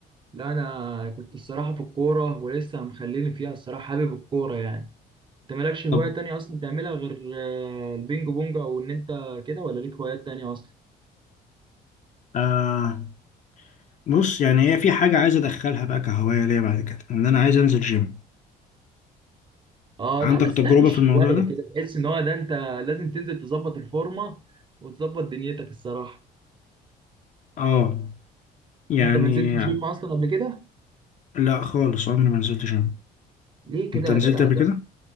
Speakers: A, on the right (about 30°); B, on the left (about 45°).
A: لا انا كنت الصراحه في الكوره ولسه مخليني فيها الصراحه حابب الكوره يعني انت مالكش هوايه
B: طب
A: تانية اصلا تعملها غير آه، البينج بونج او ان انت كده ولا ليك هوايات تانية اصلا
B: آه بص يعني هي في حاجة عايز أدخلها بقى كهواية ليا بعد كده إن أنا عايز أنزل جيم
A: اه
B: عندك
A: لا بس
B: تجربة
A: ده مش
B: في الموضوع
A: هوايه
B: ده؟
A: كده تحس ان هو ده انت لازم تنزل تظبط الفورمه وتظبط دنيتك الصراحه
B: آه يعني
A: انت ما نزلتش جيم اصلا قبل كده
B: لا خالص عمري ما نزلت جيم
A: ليه كده
B: أنت
A: يا
B: نزلت
A: جدع
B: قبل
A: ده
B: كده؟